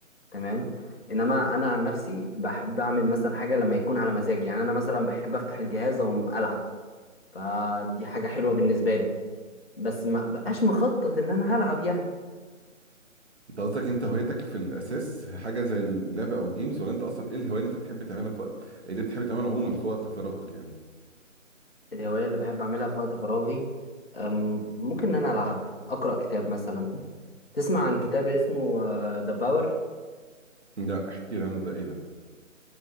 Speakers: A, on the left (about 45°); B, on the right (about 55°).
A: تمام انما انا عن نفسي بحب اعمل مثلا حاجه لما يكون على مزاجي يعني انا مثلا بحب افتح الجهاز واقوم العب فدي حاجه حلوه بالنسبه لي بس ما بقاش مخطط ان انا هلعب يعني
B: انت قصدك انت هوايتك في الاساس حاجه زي اللعبه او الجيمز ولا انت اصلا ايه الهوايه اللي انت بتحب تعملها في وقت اللي بتحب تعملها عموما في وقت فراغك يعني
A: الهوايه اللي بحب اعملها في وقت فراغي أم، ممكن ان انا العب اقرا كتاب مثلا تسمع عن كتاب اسمه ذا باور
B: لا احكي لي عنه ده ايه ده